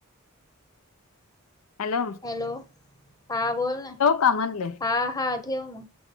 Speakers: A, on the left (about 80°); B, on the left (about 15°).
A: हॅलों.
B: हॅलो हा बोल नां
A: का म्हणले?
B: हां हां ठेव मंग.